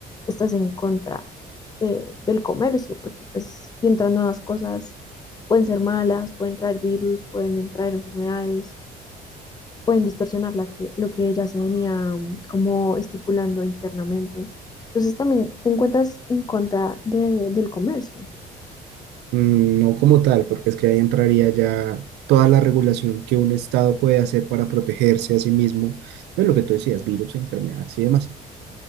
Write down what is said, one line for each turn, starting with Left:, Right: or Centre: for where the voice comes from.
Left: estás en contra de- del comercio, porque pues si entran nuevas cosas, pueden ser malas, pueden traer virus, pueden entrar enfermedades, pueden distorsionar la que, lo que ya se venía mm, como estipulando internamente. Entonces también te encuentras en contra de- del comercio,
Right: Mm, No como tal, porque es que ahí entraría ya toda la regulación que un Estado puede hacer para protegerse a sí mismo de lo que tú decías, virus, enfermedades y demás.